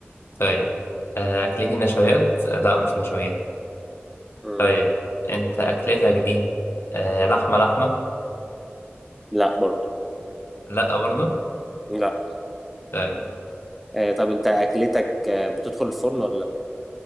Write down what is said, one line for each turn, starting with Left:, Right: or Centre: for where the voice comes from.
Left: طيب آه، أكلتي نشويات؟ لأ مش نشويات
Centre: مم.
Left: طيب أنت أكلتك دي آه، لحمة لحمة؟
Centre: لا برضو
Left: لأ برضو
Centre: لا
Left: طيب
Centre: آه، طب انت اكلتك آه، بتدخل الفرن ولا لا